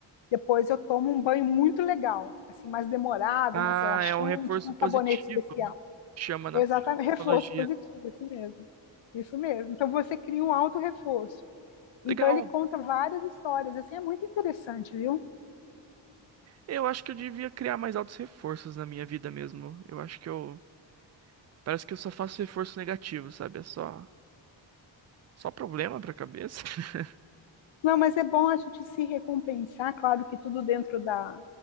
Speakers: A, on the left (about 70°); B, on the right (about 35°).
A: Depois eu tomo um banho muito legal, assim, mais demorado,
B: Ah,
A: mais relaxante,
B: é um reforço
A: com um
B: positivo,
A: sabonete especial.
B: chama na
A: Exatamente,
B: psicologia.
A: reforço positivo, isso mesmo. Isso mesmo. Então você cria um auto-reforço. Então
B: Legal.
A: ele conta várias histórias, assim, é muito interessante, viu?
B: Eu acho que eu devia criar mais altos reforços na minha vida mesmo. Eu acho que eu... Parece que eu só faço reforço negativo, sabe? É só, só problema pra cabeça. <laughs>
A: Não, mas é bom a gente se recompensar, claro que tudo dentro da.